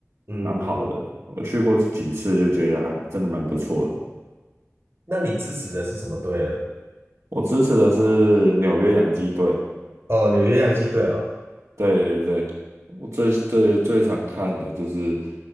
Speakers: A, on the right; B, on the right.
A: 嗯嗯
B: 蛮好的。我去过几次就觉得还真的蛮不错的。
A: 那你支持的是什么队呢？
B: 我支持的是纽约洋基队。
A: 哦，纽约洋基队哦，
B: 对对对，我最最最常看的就是